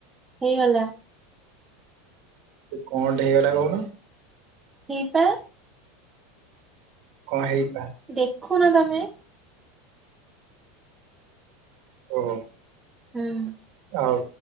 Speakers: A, on the right; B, on the right.
A: ହେଇଗଲା।
B: ସେ କଣ ଟେ ହେଇଗଲା କହୁନ?
A: ହିପା।
B: କଣ ହେଇପା?
A: ଦେଖୁନ ତମେ।
B: ଓହୋ।
A: ହୁଁ।
B: ଆଉ।